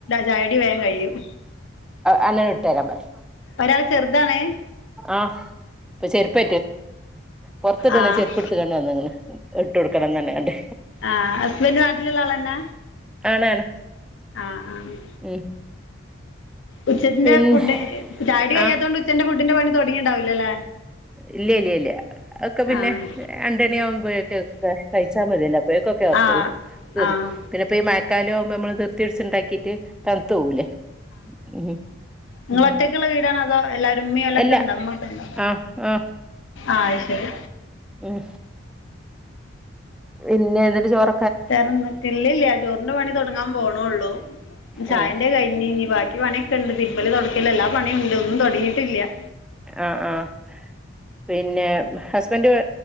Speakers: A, on the left (about 70°); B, in the centre.
A: ചായടി വേം കഴിയും
B: അന്നന ഇട്ടത്തരാ ബറ
A: ഒരാള് ചെറുതാണ്
B: ആഹ് ഇപ്പൊ ചെരുപ്പ പൊറത്തിട്ടെ
A: ആഹ്
B: ചെരുപ്പ എടുത്ത് കണ്ട വന്ന നി ഇട്ട് കൊടുക്കണംന്ന് തന്നെ കണ്ടണ്ട്
A: ആഹ് ഹസ്ബൻഡ് നാട്ടിലുള്ള ആളെന്നാ
B: ആണാണ്
A: ആഹ് ആഹ്
B: ഉം
A: ഉച്ചത്തിന്റെ
B: പിന്നെ
A: ഫുഡ് ചാടി കയ്യാത്തുകൊണ്ട്
B: ആ
A: ഉച്ചന്റെ ഫുഡിന്റെ പണി തുടങ്ങിണ്ടാവില്ലല്ലേ
B: ഇല്ല ഇല്ല ഇല്ലേ ഒക്കെ പിന്നെ
A: ആഹ്
B: രണ്ടണി ആകുമ്പയൊക്കെ ഒക്കെ കഴിച്ചാൽ മതിയല്ല പോയൊക്കെ ഒക്കെ ആക്കുള്ളൂ
A: ആഹ്
B: തീർത്തും
A: ആഹ്
B: പിന്നെപ്പ ഈ മഴക്കാലോുമ്പ നമ്മള് തീർ തീർച്ചുണ്ടാക്കീട്ട് തണുത്ത പോകൂലേ ഉം
A: നിങ്ങൾ
B: ഉം
A: ഒറ്റയ്ക്കുള്ള വീടാണ അതോ എല്ലാരുംമ്മയും ഓലൊക്കെ
B: അല്ല
A: ഉണ്ടോ അമ്മ ഒക്കെ ഉണ്ടോ
B: ആഹ് ആഹ്
A: ആയ്ശരി
B: ഉം പിന്നെന്റെ ചോറ
A: <unintelligible> ചോറിന്റെ പണി തുടങ്ങാൻ പോണള്ളൂ ചായന്റെ
B: ഉം
A: കഴിഞ്ഞ് ഇനി ബാക്കി പണിയൊക്കെ ഉണ്ട് പിരുവലി തുടക്കല്ല എല്ലാ പണിയ ഉണ്ട് ഒന്നും തുടങ്ങയിട്ടില്ല
B: ആഹ് ആഹ് പിന്നെ ഹസ്ബൻഡ്